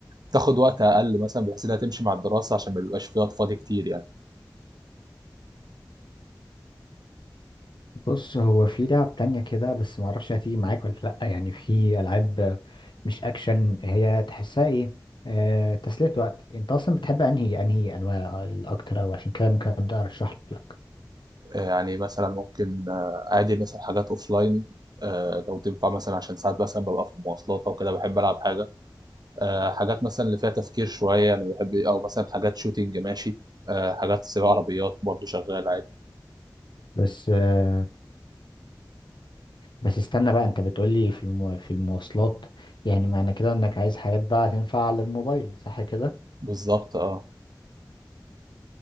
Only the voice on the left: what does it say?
بص هو في لعب تانية كده بس معرفش هتيجي معاك ولا لأ يعني في ألعاب مش أكشن هي تحسها إيه آه تسلية وقت أنت أصلا بتحب أنهي أنهي أنواع الأكتر أو عشان كده ممكن أبدأ أرشح لك
بس آه بس استنى بقى أنت بتقولي في المو... في المواصلات يعني معنى كده إنك عايز حاجات بقى تنفع على الموبايل صح كده؟